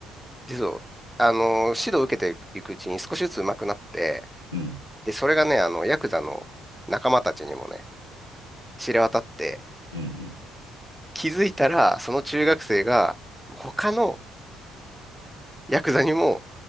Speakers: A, in the centre; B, on the right (about 80°).
A: で、そう、あのー指導を受けていくうちに少しずつ上手くなって、
B: うん。
A: で、それがね、あの、ヤクザの仲間たちにもね、知れ渡って、
B: うん
A: 気づいたら、その中学生が、他のヤクザにも、